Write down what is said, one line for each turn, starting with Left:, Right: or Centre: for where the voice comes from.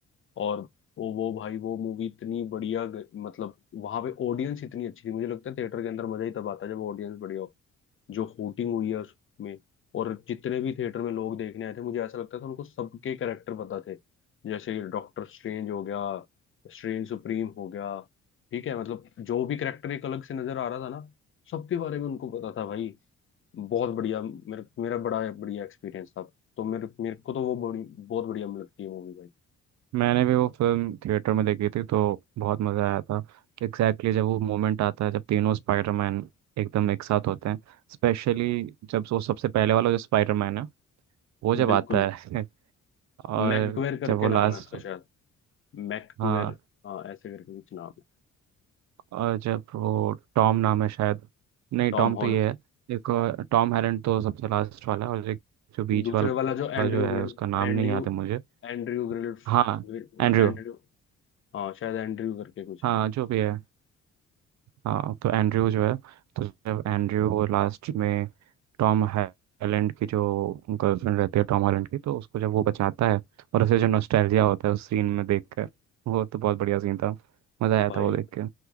Left: और वो वो भाई वो मूवी इतनी बढ़िया ग- मतलब वहां पे ऑडियंस इतनी अच्छी थी मुझे लगता है थिएटर के अंदर मजा ही तब आता है जब ऑडियंस बढ़िया हो जो हूटिंग हुई है उसमें और जितने भी थिएटर में लोग देखने आए थे मुझे ऐसा लगता था उनको सबके कैरेक्टर पता थे जैसे डॉक्टर स्ट्रेंज हो गया स्ट्रेंज सुप्रीम हो गया ठीक है मतलब जो भी कैरेक्टर एक अलग से नजर आ रहा था ना सबके बारे में उनको पता था भाई बहुत बढ़िया मेरे मेरा बड़ा बढ़िया एक्सपीरियंस था तो मेरे मेरे को तो वो बड़ी बहुत बढ़िया लगती है मूवी भाई
Right: मैंने भी वो फिल्म थिएटर में देखी थी तो बहुत मज़ा आया था एग्जैक्टली exactly जब वो मोमेंट आता है जब तीनों स्पाइडरमैन एकदम एक साथ होते हैं स्पेशली जब वो सबसे पहले वाला जो स्पाइडरमैन है वो जब
Left: बिल्कुल
Right: आता है <laughs> और
Left: मैकगुएर करके
Right: जब वो
Left: नाम
Right: लास्ट
Left: है उसका शायद मैकगुएर
Right: हाँ
Left: हाँ ऐसे करके कुछ नाम है
Right: और जब वो टॉम नाम है शायद नहीं
Left: Tom
Right: टॉम
Left: Hall
Right: तो ये है एक और- टॉम हैरेंड तो सबसे लास्ट वाला है और एक जो बीच
Left: दूसरे
Right: वाला
Left: वाला जो Andrew
Right: जो है
Left: Grill
Right: उसका नाम
Left: Andrew
Right: नहीं याद है मुझे
Left: Andrew Grill
Right: हाँ
Left: Andrew
Right: एंड्रयू
Left: हाँ शायद एंड्रयू करके कुछ
Right: हाँ
Left: है
Right: जो भी है हाँ तो एंड्रयू जो है तो जब एंड्रयू वो लास्ट में टॉम हॉलैंड की जो गर्लफ्रेंड रहती है टॉम हॉलैंड की तो उसको जब वो बचाता है और उसे जो नॉस्टैल्जिया होता है उस सीन में देखकर वो तो बहुत बढ़िया सीन था मज़ा आया
Left: भाई
Right: था वो देख के